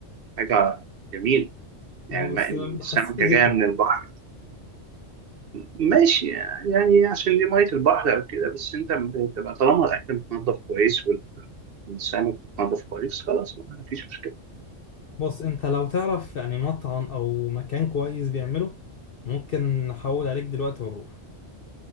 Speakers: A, on the right; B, on the left.
A: حاجة جميلة يعني
B: أه
A: ما
B: بس
A: إن السمكة
B: حسيته زفر
A: جاية من البحر ماشي يعني عشان دي مية البحر أو كده بس أنت بتبقى طالما الأكل متنضف كويس والسمك متنضف كويس خلاص ما فيش مشكلة.
B: بص أنت لو تعرف يعني مطعم أو مكان كويس بيعمله ممكن نحول عليك دلوقتي ونروح